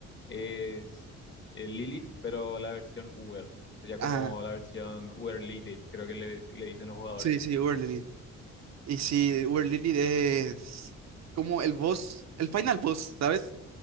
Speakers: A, on the left; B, on the right.
A: es eh, Lilith, pero la versión Uber, ya como
B: Ah, Wow.
A: la versión Uber Lilith, creo que le, le dicen los jugadores.
B: sí, sí, Uber Lilith. Y sí, Uber Lilith es como el boss, el final boss, ¿sabes?